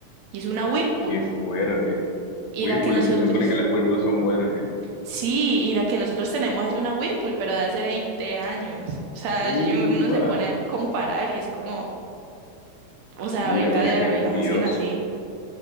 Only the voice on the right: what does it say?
Y es una Whirlpool,
y
la que nosotros,
sí, y la que nosotros tenemos es una Whirlpool, pero de hace 20 años. O sea, yo-
uno se pone a comparar y es como, o sea,
ahorita
de
haber
las hacen así.